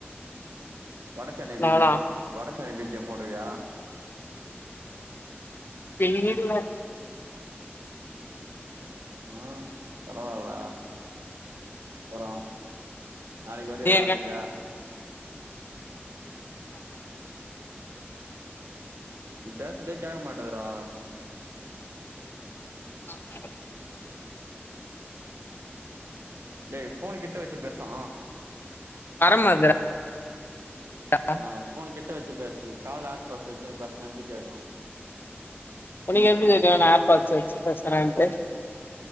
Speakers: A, on the right; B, on the left.
A: வடச்சென்னை
B: நானா
A: பி ஜி M Vada Chennai B G M போடுவியா
B: பின்னிடுவே
A: ஆ பரவால்ல அப்பறோ நாளைக்கு வருவியா
B: நீ எங்க
A: காலேஜா
B: வரமாட்டே
A: நீ பேசதே கேக்க மாட்டுதுடா
B: வரமாட்டென்டா
A: டேய் ஃபோன கிட்ட வச்சு பேசா
B: வரமாட்டெடா
A: ஆ ஃபோன கிட்ட வச்சு பேசு காதுல ஏர் பாட்ஸ் வச்சுனு பேசனா எப்டி கேக்கு
B: உனக்கு எப்டி தெரியு நா ஏர் பாட்ஸு வச்சு பேசுறேன்ட்டு